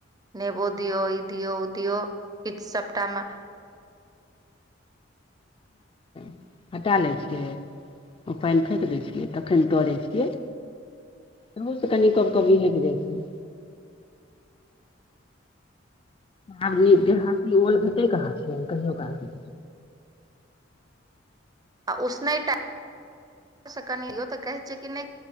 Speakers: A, on the right; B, on the left.
A: नेबो दियऔ ई दियऔ ओ दियऔ किछ सबटामे
B: <inaudible> हटा लै छियै ओ पैइन फकि दैत छियै तखन तरै छियै तहो से कनि कब कबी हैइट जाइ छै आब देहाती ओल भेटै कहाँ छै कहियो कालकेै
A: आ उसने टा से कनि य तऽ कहे छै कि नय